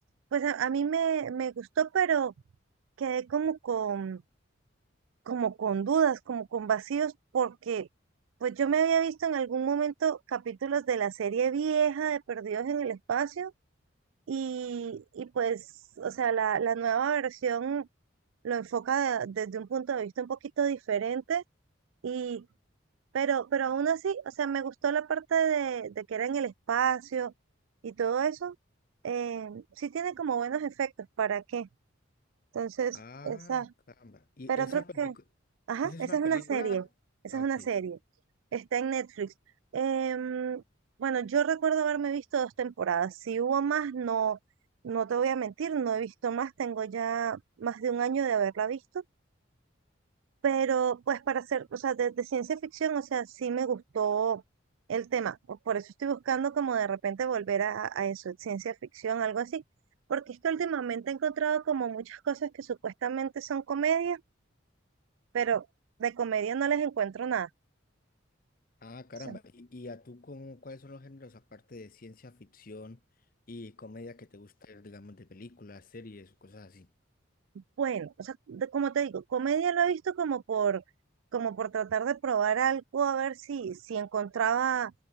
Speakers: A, on the right (about 75°); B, on the left (about 45°).
A: pues a, a mí me, me gustó, pero quedé como con, como con dudas, como con vacíos, porque pues yo me había visto en algún momento capítulos de la serie vieja de Perdidos en el Espacio Y, y pues, o sea, la, la nueva versión lo enfoca de- desde un punto de vista un poquito diferente, y, pero, pero aún así, o sea, me gustó la parte de, de que era en el espacio y todo eso. eh, sí tiene como buenos efectos, ¿para qué? Entonces,
B: Ah,
A: esa,
B: caramba. ¿Y
A: pero
B: esa
A: creo
B: película,
A: que Ajá,
B: esa es
A: esa
B: una
A: es una
B: película?
A: serie, esa
B: Ah,
A: es
B: ok.
A: una serie. Está en Netflix. Em, bueno, yo recuerdo haberme visto dos temporadas. Si hubo más, no, no te voy a mentir, no he visto más. Tengo ya más de un año de haberla visto. Pero pues para hacer, o sea, de, de ciencia ficción, o sea, sí me gustó el tema. o Por eso estoy buscando como de repente volver a, a eso, ciencia ficción, algo así. Porque es que últimamente he encontrado como muchas cosas que supuestamente son comedias, pero de comedia no les encuentro nada.
B: Ah, caramba.
A: sea,
B: ¿Y, y a tú cómo, cuáles son los géneros aparte de ciencia ficción y comedia que te gusta ver, digamos, de películas, series o cosas así?
A: bueno, o sea, de- como te digo, comedia lo he visto como por, como por tratar de probar algo, a ver si, si encontraba